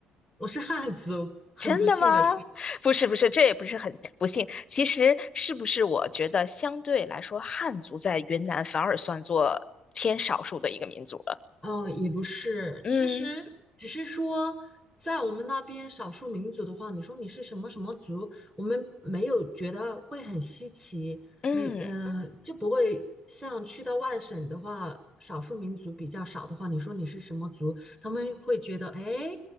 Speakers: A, in the centre; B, on the left.
A: 我是汉族，很不幸的，
B: 真的吗？<laughs> 不是不是，这也不是很不幸。其实是不是我觉得相对来说，汉族在云南反而算作偏少数的一个民族了？
A: 嗯，也不是，
B: 嗯。
A: 其实只是说，在我们那边少数民族的话，你说你是什么什么族，我们没有觉得会很稀奇，
B: 嗯，
A: 你嗯、呃就不会像去到外省的话，少数民族比较少的话，你说你是什么族，他们会觉得哎